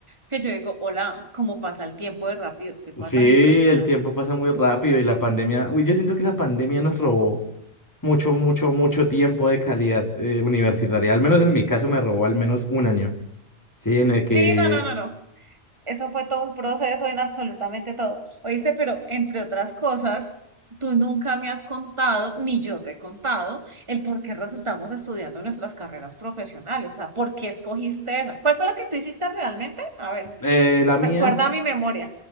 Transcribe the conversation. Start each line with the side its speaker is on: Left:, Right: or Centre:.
Right: que yo digo, hola, cómo pasa el tiempo de rápido, qué cosa
Left: Sí,
Right: tan impresionante.
Left: el tiempo pasa muy rápido y la pandemia, uy, yo siento que la pandemia nos robó mucho, mucho, mucho tiempo de calidad eh, universitaria. Al menos en mi caso me robó al menos un año, ¿sí? En el
Right: Sí,
Left: que
Right: no, no, no, no. Eso fue todo un proceso en absolutamente todo. Oíste, pero entre otras cosas, tú nunca me has contado, ni yo te he contado, el por qué resultamos estudiando nuestras carreras profesionales. O sea, ¿por qué escogiste esa? ¿Cuál fue la que tú hiciste realmente? A ver,
Left: eh, la
Right: recuerda
Left: mía,
Right: mi memoria.